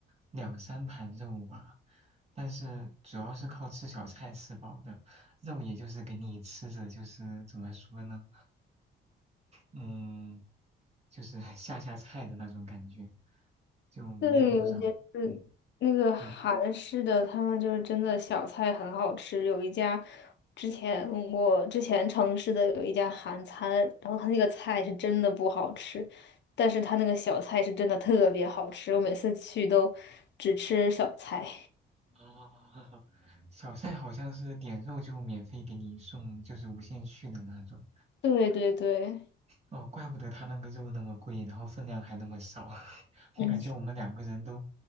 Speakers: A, on the right; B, on the left.
A: 两三盘肉吧，但是主要是靠吃小菜吃饱的，肉也就是给你吃着，就是怎么说呢？嗯，就是 <laughs> 下下菜的那种感觉，就没有多少。
B: 对，我觉得那个韩式的，
A: 嗯，对，
B: 他们就是真的小菜很好吃。有一家之前我之前城市的有一家韩餐，然后他那个菜是真的不好吃，但是他那个小菜是真的特别好吃。我每次去都只吃小菜。
A: 哦，<laughs> 小赛好像是点肉就免费给你送，就是无限续的那种。
B: 对对对，
A: 哦，怪不得他那个肉那么贵，然后分量还那么少。<laughs>
B: 嗯，
A: 我感觉我们两个人都